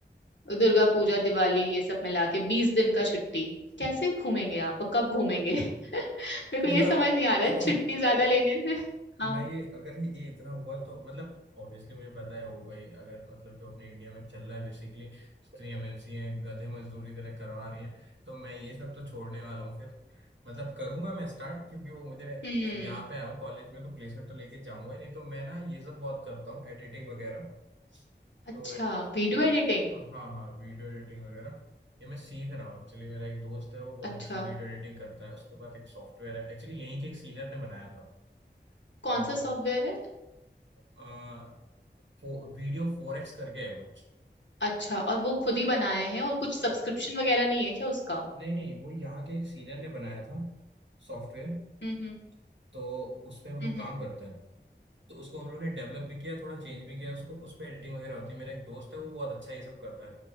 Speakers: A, on the left; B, on the right.
A: दुर्गा पूजा दिवाली ये सब मिला के बीस दिन का छुट्टी कैसे घूमेंगे आप और कब घूमेंगे <laughs> मेरे को
B: मेरा
A: ये समझ नहीं आ रहा
B: देखो
A: है छुट्टी ज्यादा लेने से
B: मैं
A: हाँ
B: ये अगर ये ये इतना हुआ तो मतलब ऑब्वियसली मुझे पता है होगा ही अगर मतलब जो अपने इंडिया में चल रहा है बेसिकली जितनी एमएनसी हैं गधे मजदूरी तरह करवा रही हैं तो मैं ये सब तो छोड़ने वाला हूँ फिर मतलब करूंगा मैं स्टार्ट क्योंकि वो मुझे
A: हम्म
B: अब यहाँ पे आया हूँ कॉलेज में तो प्लेसमेंट तो लेके जाऊंगा ही नहीं तो मैं ना ये सब बहुत करता हूँ एडिटिंग वगैरह
A: अच्छा
B: तो
A: Video
B: वी-
A: editing
B: हाँ हाँ वीडियो एडिटिंग वगैरह ये मैं सीख रहा हूँ एक्चुअली मेरा एक दोस्त है वो बहुत
A: अच्छा
B: अच्छी वीडियो एडिटिंग करता है उसके बाद एक सॉफ्टवेयर है एक्चुअली यहीं के एक सीनियर ने बनाया था
A: कौन
B: तो
A: सा सॉफ्टवेयर है
B: आ, फो, वीडियो फोर एक्स करके है कुछ
A: अच्छा और वो खुद ही बनाए हैं और कुछ सब्सक्रिप्शन वगैरह नहीं है क्या उसका
B: नहीं नहीं वो यहाँ के एक सीनियर ने बनाया था सॉफ्टवेयर
A: हम्म हम्म
B: तो उस पे हम
A: हम्म
B: लोग काम
A: हम्म,
B: करते हैं तो उसको हम लोग ने डेवलप भी किया थोड़ा चेंज भी किया उसको उस पे एडिटिंग वगैरह होती है मेरा एक दोस्त है वो बहुत अच्छा ये सब करता है